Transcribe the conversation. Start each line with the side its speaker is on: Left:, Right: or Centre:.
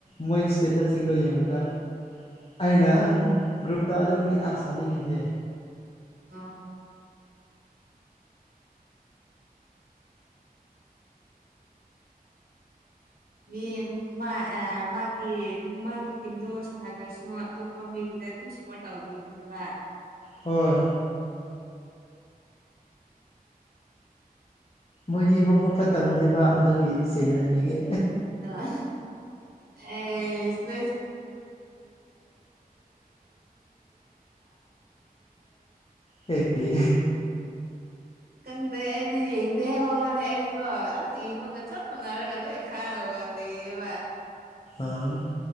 Left: ꯃꯣꯏ ꯏꯁꯇꯦꯇꯁꯁꯤꯡꯗꯣ ꯌꯦꯡꯕꯗ ꯑꯩꯅ ꯒ꯭ꯔꯨꯞꯇ ꯑꯗꯨꯒꯤꯅꯤ ꯌꯥꯝ ꯁꯥꯎꯅꯤꯡꯉꯤꯁꯦ
Right: ꯑꯧ ꯃꯤ ꯃꯥ ꯑ ꯃꯥꯒꯤ ꯃꯥꯒꯤ ꯇꯤꯝꯗꯣ ꯁꯅꯗ꯭ꯔꯁꯨ ꯑꯇꯣꯞꯄ ꯃꯣꯏꯒꯤ ꯗ ꯑꯗꯨꯝ ꯁꯄꯣꯔꯠ ꯇꯧꯕꯤꯕꯅꯦꯕ
Left: ꯍꯣꯏ ꯃꯣꯏꯗꯤ ꯃꯕꯨꯛ ꯐꯠꯇꯕꯅꯦꯕ ꯑꯗꯨꯒꯤ
Right: <unintelligible> <unintelligible>
Left: ꯁꯦꯡꯅ ꯍꯥꯏꯕꯤꯒꯦ
Right: ꯗ ꯑꯩꯗꯤ
Left: ꯀꯩꯒꯤ
Right: ꯈꯪꯗꯦ ꯑꯩꯗꯤ ꯌꯦꯡꯗꯦ ꯍꯥꯏꯕ ꯋꯥꯅꯤ ꯑꯩꯗꯤꯀꯣ ꯑꯁ ꯌꯦꯡꯕꯒ <unintelligible>
Left: ꯑꯥ